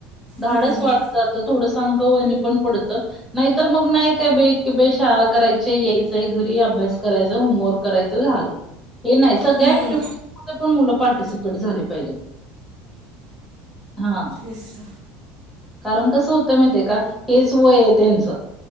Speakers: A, in the centre; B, on the right (about 75°).
A: धाडच
B: हं हं
A: वाढत जातं, थोडसं अंगवळणी पण पडतं, नाहीतर मग नाही काय बे एके क बे शाळा करायची, यायचंय घरी अभ्यास करायचं, होमवर्क करायचं, झालं. हे नाही, सगळ्या
B: हं
A: एक्टीवीटीमधे पण मुलं पार्टिसिपेट झाली पाहिजेत. हां.
B: तिंस
A: कारण कसं होतं माहितीय का, हेच वय आहे त्यांचं,